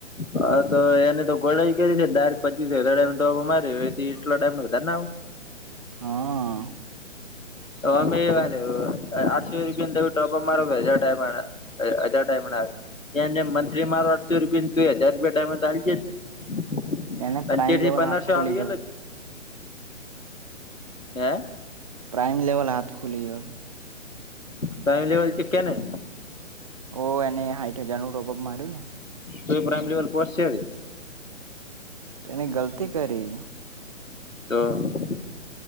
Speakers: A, on the left (about 85°); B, on the right (about 30°).
A: હા તો એને તો ગોળાઈ કરી છે તાર પચીસ હજાર ટોપ મારી એટ ટાઈમ વધારે ના આવ.
B: હા.
A: તમારે ભઈ ક્યાં લેવલ પર. આઠસો રૂપિયા તમે ટોપ અપ મારો તોય હજાર ડાયમ હજાર ડાયમંડ આવે. એને મંથલી મારો આઠસો રૂપિયા નું થયું તોય હજાર રૂપિયા ડાયમંડ હારી જ્યો તું.
B: એને
A: અન
B: પ્રાઈમ
A: ચેઠી
B: લેવલ
A: પંદર
B: હાથ
A: સો
B: ખોલી
A: આવી
B: દો
A: અલગ. હૈ.
B: પ્રાઇમ લેવલ હાથ ખુલી હો.
A: પ્રાઈમ લેવલ છે કે નહી.
B: ઓ એને હાઇઠ હજાનું ટોપક માર્યું ને.
A: તો એ પ્રાઈમ લેવલ પહોચ કે.
B: એણે ગલતી કરી.
A: તો.